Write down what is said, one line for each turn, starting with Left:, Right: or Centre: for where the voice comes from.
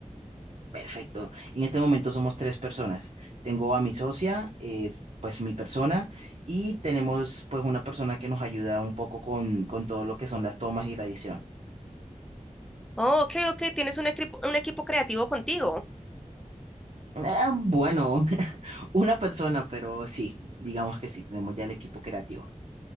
Right: Perfecto. En este momento somos tres personas. Tengo a mi socia, eh, pues mi persona, y tenemos pues una persona que nos ayuda un poco con, con todo lo que son las tomas y la edición.
Centre: Oh, ok, ok, tienes un equipo, un equipo creativo contigo.
Right: Ah, bueno, <laughs> una persona, pero sí, digamos que sí, tenemos ya el equipo creativo.